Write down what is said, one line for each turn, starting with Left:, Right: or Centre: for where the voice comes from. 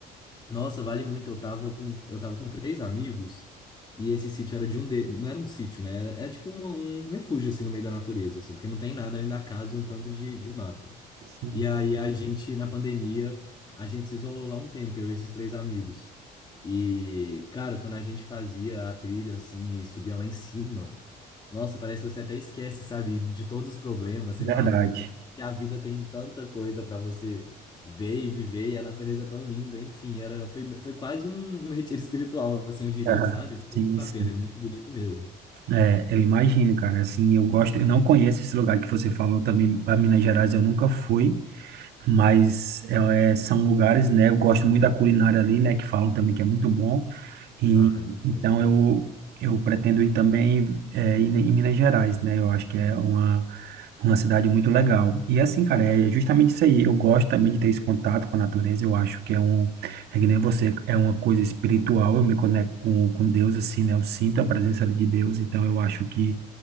Left: nossa, vale muito. Eu tava com, eu tava com três amigos e esse sítio era de um de, não era um sítio, né? Era, era tipo um, um refúgio, assim, no meio da natureza, assim, porque não tem nada além da casa e um tanto de, de mato.
Right: Sim,
Left: E aí a gente, na pandemia, a gente se isolou lá um tempo, eu e esses três amigos. E, cara, quando a gente fazia a trilha assim e subia lá em cima, nossa, parece que você até esquece, sabe, de todos os problemas. Você
Right: verdade.
Left: fala que a vida tem tanta coisa pra você ver e viver, e a natureza é tão linda. Enfim, era, foi, foi quase um, um retiro espiritual, assim, eu diria,
Right: Aham,
Left: sabe? Vale
Right: Sim,
Left: muito
Right: sim.
Left: a pena, é muito bonito mesmo.
Right: É, eu imagino, cara. Assim, eu gosto. Eu não conheço esse lugar que você falou também, para Minas Gerais, eu nunca fui. mas é, é, são lugares, né? Eu gosto muito da culinária ali, né? Que falam também que é muito bom. E,
Left: Ah, é muito
Right: então
Left: bom.
Right: eu eu pretendo ir também é, em, em Minas Gerais, né? Eu acho que é uma uma cidade muito legal. E assim, cara, é justamente isso aí. Eu gosto também de ter esse contato com a natureza. Eu acho que é um, é que nem você, é uma coisa espiritual. Eu me conecto com, com Deus, assim, né? Eu sinto a presença ali de Deus. Então, eu acho que,